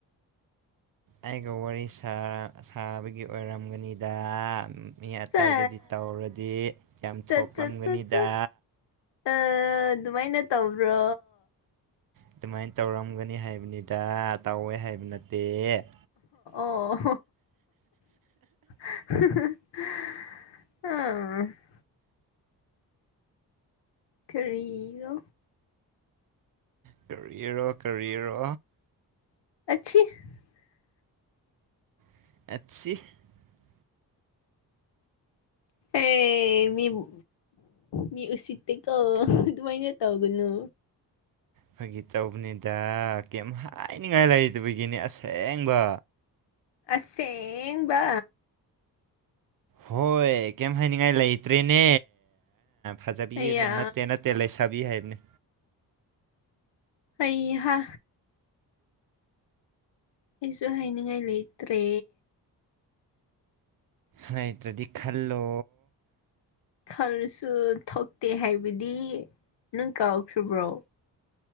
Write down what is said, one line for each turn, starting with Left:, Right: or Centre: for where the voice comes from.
Right: ꯑꯩꯒ ꯋꯥꯔꯤ ꯁꯥ ꯁꯥꯕꯒꯤ ꯑꯣꯏꯔꯝꯒꯅꯤꯗ ꯃꯤ ꯑꯇꯩꯗꯗꯤ
Left: ꯆꯥ
Right: ꯇꯧꯔꯗꯤ ꯌꯥꯝ
Left: ꯆꯠ
Right: ꯊꯣꯛꯂꯝꯒꯅꯤꯗ
Left: ꯆꯠ ꯆꯠ ꯆꯥ ꯑ ꯑꯗꯨꯃꯥꯏꯅ ꯇꯧꯕ꯭ꯔꯣ
Right: ꯑꯗꯨꯃꯥꯏꯅ ꯇꯧꯔꯝꯒꯅꯤ ꯍꯥꯏꯕꯅꯤꯗ ꯇꯧꯋꯦ ꯍꯥꯏꯕ ꯅꯠꯇꯦ
Left: ꯑꯣ <unintelligible> ꯀꯔꯤꯔꯣ
Right: ꯀꯔꯤꯔꯣ ꯀꯔꯤꯔꯣ
Left: <unintelligible>
Right: <unintelligible>
Left: ꯑꯦ ꯃꯤꯕꯨ ꯃꯤ ꯎꯠꯁꯤꯠꯇꯦꯀꯣ ꯑꯗꯨꯃꯥꯏꯅ ꯇꯧꯒꯅꯨ
Right: ꯐꯒꯤ ꯇꯧꯕꯅꯤꯗ ꯀꯩꯝ ꯍꯥꯏꯅꯤꯡꯉꯥꯏ ꯂꯩꯇꯕꯒꯤꯅꯤ ꯑꯁꯦꯡꯕ
Left: ꯑꯁꯦꯡꯕ
Right: ꯍꯣꯏ ꯀꯩꯝ ꯍꯥꯏꯅꯤꯡꯉꯥꯏ ꯂꯩꯇ꯭ꯔꯦꯅꯦ ꯐꯖꯕꯤ
Left: ꯑꯌꯥ
Right: ꯅꯠꯇꯦ ꯅꯠꯇꯦ ꯂꯩꯁꯥꯕꯤ ꯍꯥꯏꯕꯅꯤ
Left: ꯍꯩꯍꯥ ꯑꯩꯁꯨ ꯍꯥꯏꯅꯤꯡꯉꯥꯏ ꯂꯩꯇ꯭ꯔꯦ
Right: ꯂꯩꯩꯇ꯭ꯔꯗꯤ ꯈꯜꯂꯣ
Left: ꯈꯂꯁꯨ ꯊꯣꯛꯇꯦ ꯍꯥꯏꯕꯗꯤ ꯅꯪ ꯀꯥꯎꯈ꯭ꯔꯕ꯭ꯔꯣ